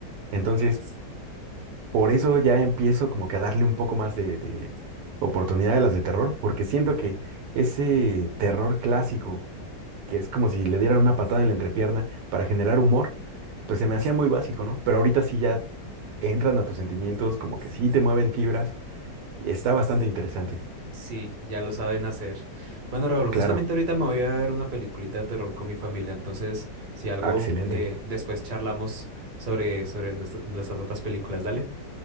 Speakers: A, on the right (about 75°); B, on the right (about 40°).
A: Entonces, Por eso ya empiezo como que a darle un poco más de, de oportunidad a las de terror, porque siento que ese terror clásico, que es como si le dieran una patada en la entrepierna para generar humor, pues se me hacía muy básico, ¿no? Pero ahorita sí ya entran a tus sentimientos, como que sí te mueven fibras, y está bastante interesante.
B: sí, ya lo saben hacer. Bueno, Raúl,
A: Claro,
B: justamente ahorita me voy a ver una peliculita de terror con mi familia, entonces, si algo,
A: ah, excelente,
B: eh, después charlamos sobre, sobre nuestra- nuestras otras películas. Dale,